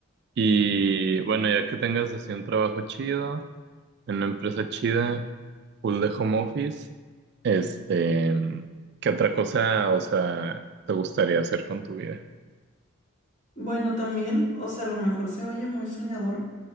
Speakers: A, on the right; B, on the left.
A: Y bueno, ya que tengas así un trabajo chido, en una empresa chida, full de home office. Este, ¿qué otra cosa, o sea, te gustaría hacer con tu vida?
B: Bueno, también, o sea, a lo mejor se oye muy soñador,